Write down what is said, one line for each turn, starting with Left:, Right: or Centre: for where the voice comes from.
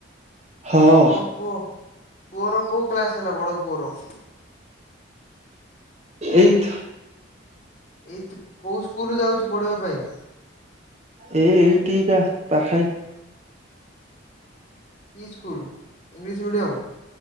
Right: ହଁ
Left: ଆଉ କଣ କୁହ? ପୁଅର କୋଉ କ୍ଲାସ ହେଲା? ବଡ ପୁଅର?
Right: ଏଇଠି।
Left: ଏଇଥି କୋଉ ସ୍କୁଲ ଯାଉଛି ପଢିବା ପାଇଁ?
Right: ଏ ଏଇଠିକା ପାଖାଇ
Left: କି ସ୍କୁଲ ଇଂଲିଶ ମିଡ଼ିୟମ୍?